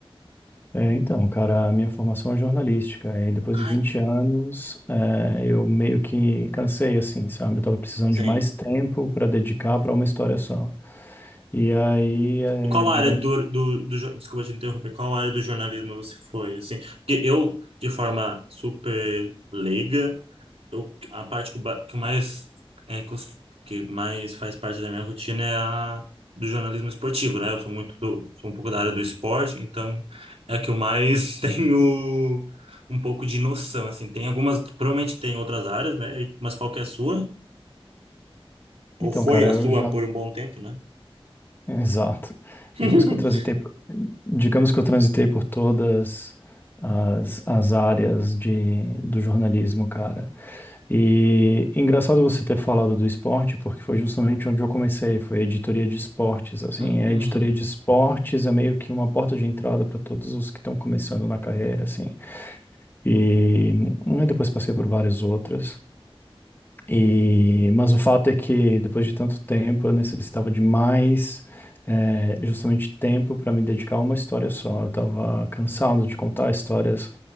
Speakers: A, on the left; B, on the right.
A: É, então, cara, a minha formação é jornalística e depois
B: Ai,
A: de vinte anos é, eu meio que cansei, assim, sabe? Eu tava precisando
B: sim.
A: de mais tempo para dedicar para uma história só. E aí, é,
B: E qual
A: digamos.
B: área do, do, do, jo- desculpa te interromper, qual área do jornalismo você foi, assim? Porque eu, de forma super leiga, eu, a parte que, eu ba- que eu mais é, cos- que mais faz parte da minha rotina é a do jornalismo esportivo, né? Eu sou muito do- sou um pouco da área do esporte, então é a que eu mais <laughs> tenho um pouco de noção, assim. Tem algumas, provavelmente tem outras áreas, né? Mas qual que é a sua?
A: Então,
B: Ou foi
A: cara,
B: a
A: eu
B: sua
A: já.
B: por um bom tempo, né?
A: <laughs> Exato.
B: <laughs>
A: Digamos que eu transitei, por- digamos que eu transitei por todas as, as áreas de, do jornalismo, cara. E engraçado você ter falado do esporte, porque foi justamente onde eu comecei, foi a editoria de esportes, assim,
B: Hum,
A: a editoria de esportes é meio que uma porta de entrada para todos os que estão começando na carreira, assim. E, hum, depois passei por várias outras. E, mas o fato é que depois de tanto tempo eu necessitava de mais, eh, justamente tempo para me dedicar a uma história só. Eu estava cansado de contar histórias,